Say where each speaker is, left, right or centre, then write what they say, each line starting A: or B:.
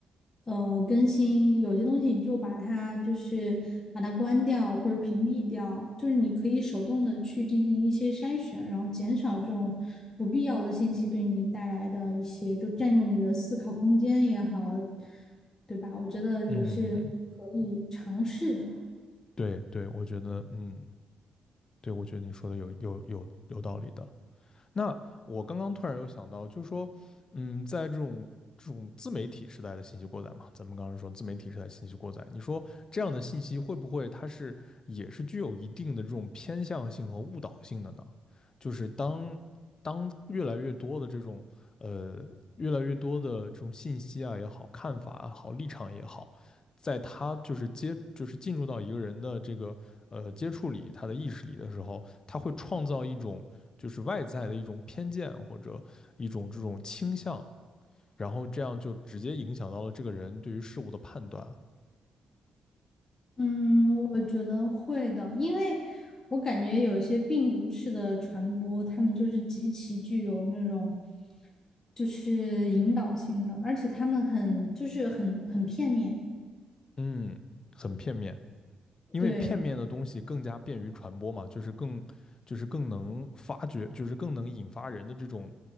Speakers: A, on the left; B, on the left.
A: 呃，更新，有些东西你就把它就是把它关掉或者屏蔽掉，就是你可以手动的去进行一些筛选，然后减少这种不必要的信息对你带来的一些，就占用你的思考空间也好，对吧？我觉得也是可以尝试的。
B: 嗯，对对，我觉得，嗯，对，我觉得你说的有有有有道理的。那我刚刚突然有想到，就是说，嗯，在这种这种自媒体时代的信息过载嘛，咱们刚刚说自媒体时代信息过载，你说这样的信息会不会它是也是具有一定的这种偏向性和误导性的呢？就是当当越来越多的这种呃越来越多的这种信息啊也好，看法也好，立场也好，在他就是接就是进入到一个人的这个呃接触里，他的意识里的时候，他会创造一种就是外在的一种偏见或者一种这种倾向，然后这样就直接影响到了这个人对于事物的判断啊，
A: 嗯，我觉得会的，因为我感觉有些病毒式的传播，他们就是极其具有那种就是引导性的，而且他们很就是很很片面。
B: 嗯，很片面。因为片面的东西更加便于传播嘛，
A: 对
B: 就是更就是更能发掘，就是更能引发人的这种